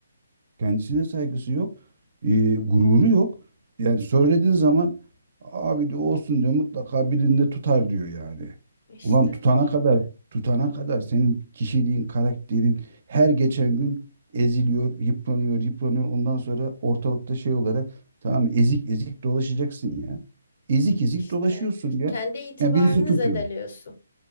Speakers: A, on the right; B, on the left.
A: Kendisine saygısı yok. Ee, gururu yok. Yani söylediğin zaman abi diyor olsun diyor mutlaka birinde tutar diyor yani.
B: işte
A: Ulan tutana kadar tutana kadar senin kişiliğin, karakterin her geçen gün eziliyor, yıpranıyor, yıpranıyor. Ondan sonra ortalıkta şey olarak tamam ezik ezik dolaşacaksın ya. Ezik ezik
B: işte
A: dolaşıyorsun ya.
B: kendi itibarını
A: Ya birisi tutuyor.
B: zedeliyorsun.